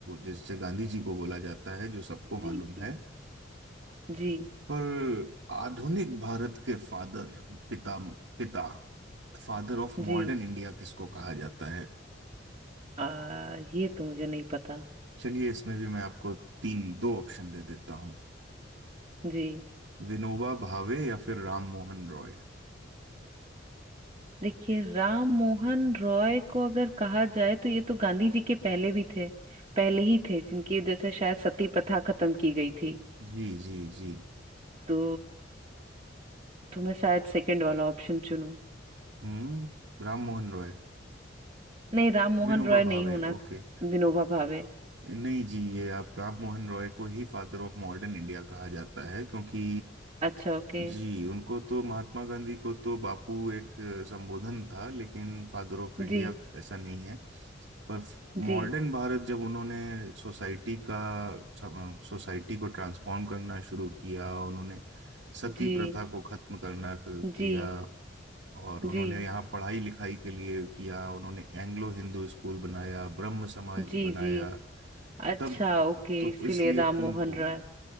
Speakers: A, on the right; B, on the right.
A: जैसे गांधी जी को बोला जाता है जो सबको
B: जी
A: मालूम
B: जी
A: है
B: जी
A: पर आधुनिक भारत के फादर पिता पिता फादर ऑफ मॉडर्न
B: जी
A: इंडिया किसको कहा जाता है
B: आ, ये तो मुझे नहीं पता
A: चलिए इसमें भी मैं आपको तीन दो ऑप्शन दे देता हूँ
B: जी
A: विनोबा भावे या फिर राम मोहन रॉय
B: देखिए राम मोहन रॉय को अगर कहा जाए तो ये तो गांधी जी के पहले भी थे पहले ही थे जिनकी वजह से शायद सती प्रथा खत्म की गई थी
A: जी जी जी
B: तो तो मैं शायद सेकंड वाला ऑप्शन चुनूं
A: हम्म राम मोहन रॉय
B: नहीं राम मोहन
A: विनोबा
B: रॉय नहीं
A: भावे
B: होना
A: ओके
B: विनोबा भावे
A: नहीं जी ये आप राम मोहन रॉय को ही फादर ऑफ मॉडर्न इंडिया कहा जाता है क्योंकि
B: अच्छा ओके
A: जी उनको तो महात्मा गांधी को तो बापू एक अ, संबोधन था लेकिन फादर ऑफ इंडिया
B: जी
A: ऐसा नहीं है पर मॉडर्न
B: जी
A: भारत जब उन्होंने सोसाइटी का सोसाइटी को ट्रांसफॉर्म करना शुरू किया उन्होंने सती
B: जी
A: प्रथा को खत्म करना क-
B: जी
A: किया और उन्होंने
B: जी
A: यहाँ पढ़ाई लिखाई के लिए किया उन्होंने एंग्लो हिंदू स्कूल बनाया ब्रह्म समाज
B: जी
A: बनाया
B: जी अच्छा
A: तब
B: ओके
A: तो
B: इसीलिए
A: इसलिए
B: Ram
A: उनको
B: Mohan Roy